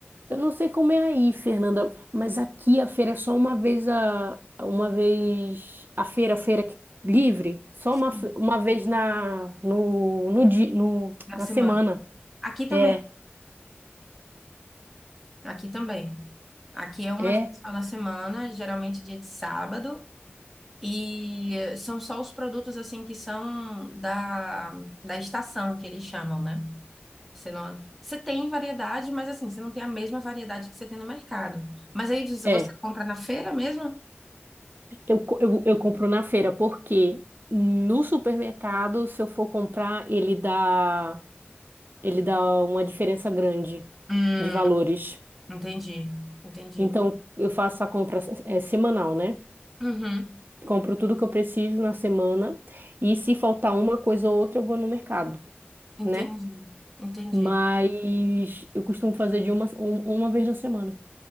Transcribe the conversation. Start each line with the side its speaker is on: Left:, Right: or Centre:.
Right: Eu não sei como é aí, Fernanda, mas aqui a feira é só uma vez a uma vez a feira, a feira que- livre, só
Centre: Sim.
Right: uma, fe- uma vez na no, no, di- no
Centre: na
Right: na
Centre: semana?
Right: semana.
Centre: Aqui também,
Right: É,
Centre: aqui também. Aqui é uma
Right: é,
Centre: vez só na semana, geralmente dia de sábado. E são só os produtos, assim, que são da, da estação, que eles chamam, né? Você não, você tem variedade, mas assim, você não tem a mesma variedade que você tem no mercado. Mas aí, se
Right: é.
Centre: você compra na feira mesmo?
Right: Eu, co- eu, eu compro na feira porque no supermercado, se eu for comprar, ele dá ele dá uma diferença grande
Centre: Hum,
Right: de valores.
Centre: entendi, entendi.
Right: Então eu faço a compra é, semanal, né?
Centre: Uhum,
Right: Compro tudo que eu preciso na semana e se faltar uma coisa ou outra, eu vou no mercado,
Centre: entendi,
Right: né?
Centre: entendi.
Right: Mas eu costumo fazer de uma, um- uma vez na semana.